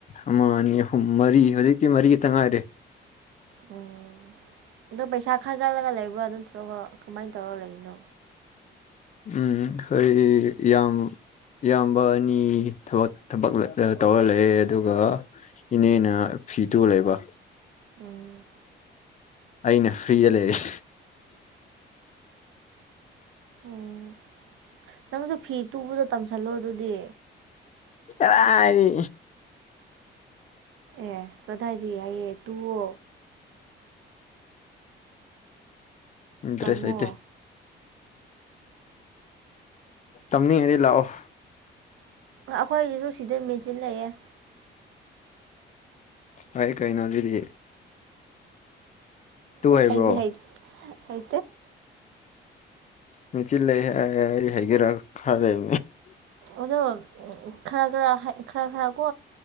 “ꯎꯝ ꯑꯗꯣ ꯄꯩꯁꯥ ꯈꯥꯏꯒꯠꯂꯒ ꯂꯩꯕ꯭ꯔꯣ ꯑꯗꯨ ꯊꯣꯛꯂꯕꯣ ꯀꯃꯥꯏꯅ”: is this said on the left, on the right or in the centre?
Right